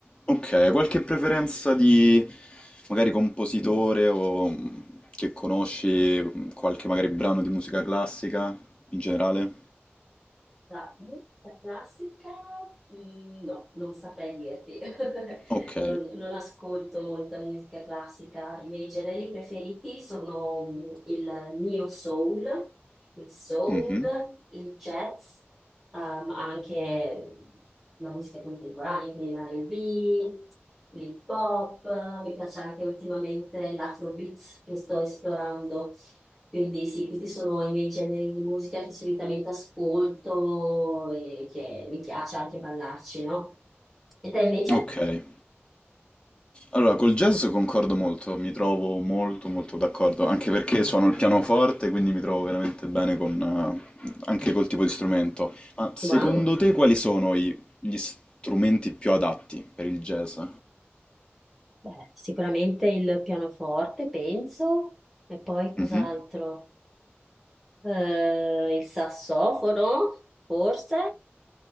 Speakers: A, on the left; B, in the centre.
A: Ok, qualche preferenza di magari compositore o mm, che conosci mm, qualche magari brano di musica classica in generale?
B: Da musica classica? Mm, No, non saprei dirti. <laughs>
A: Ok.
B: Non, non ascolto molta musica classica. I miei generi preferiti sono mm, il neo soul, il soul,
A: Mhm.
B: il jazz, ehm, anche la musica contemporanea, quindi l'R&B, l'hip hop. Mi piace anche ultimamente l'afrobeat che sto esplorando. Quindi sì, questi sono i miei generi di musica che solitamente ascolto e che mi piace anche ballarci, no? E te invece?
A: Ok. Allora, col jazz concordo molto, mi trovo molto molto d'accordo, anche perché suono il pianoforte, quindi mi trovo veramente bene con, eh, anche col tipo di strumento. Ma secondo
B: Wow,
A: te quali sono i- gli strumenti più adatti per il jazz?
B: Beh, sicuramente il pianoforte, penso, e poi cos'altro?
A: Mhm.
B: Eh, il sassofono, forse,